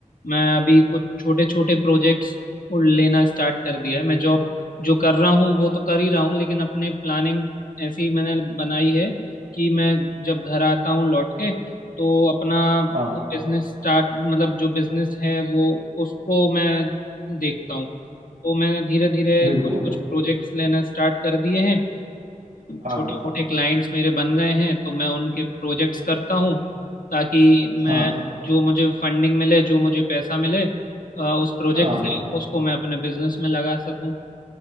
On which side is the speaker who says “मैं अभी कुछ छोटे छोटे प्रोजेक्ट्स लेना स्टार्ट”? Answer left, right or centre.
Left